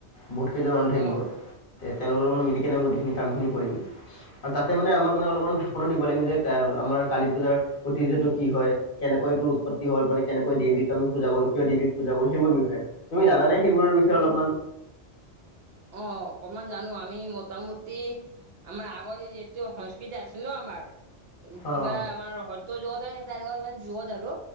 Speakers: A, on the left; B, on the right.
A: বহুত কেইজন মানুহ থাকিব।
B: অ
A: এ তেওঁলোকৰ লগত মিলিকেনে গোটেইখিনি কামখিনি কৰিম আৰু তাতে মানে আমাক মানে অলমান ভাষণো দিব লাগিব যে আমাৰ কালী পূজাৰ ঐতিহ্যটো কি হয়, কেনেকৈ এইটো উৎপত্তি হ'ল মানে কেনেকৈ দেৱীক আমি পূজা কৰো, কিয় দেৱীক পূজা কৰো সেইবোৰ বিষয়ে। তুমি জানানে সেইবোৰৰ বিষয়ে অলপমান?
B: <inaudible> অ অকমান জানো আমি মোটামুটি আমাৰ আগতে যিটো সং স্কৃতি আছিল ন আমাৰ কিবা
A: অঁ
B: আমাৰ সত্য যুগতে তেনেকুৱা কিবা যুগত আৰু আৰু